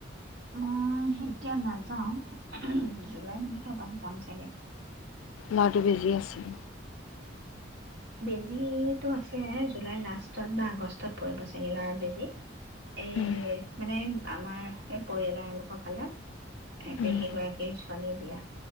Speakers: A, on the right (about 75°); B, on the left (about 85°).
A: মই এতিয়া নাযাও। জুলাই মানতহে এপাক যাম চাগে
B: ল'ৰাটো বেজি আছিল
A: বেজিটো আছে আছে জুলাই লাষ্টত বা আগষ্টত পৰিব চাগে ল'ৰা বেজি। এই
B: উম,
A: মানে আমাৰ পৰিয়ালৰ এওঁলোকৰ ফালৰ এ
B: উম,
A: পেহী গৰাকীৰ ছোৱালীৰ বিয়া।